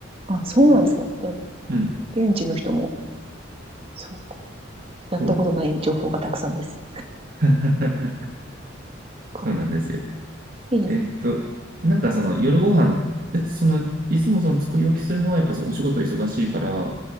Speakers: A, on the right; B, on the right.
A: あ、そうなんですか。
B: 割と。
A: じゃあ、
B: うん。
A: 現地の人も、そうか。やったことない情報がたくさんです。
B: そう。<laughs>
A: か。
B: そうなんですよ。
A: いいですね。
B: えっと、なんかその夜ご飯、えその、いつもその作り置きするのはやっぱそうお仕事忙しいから、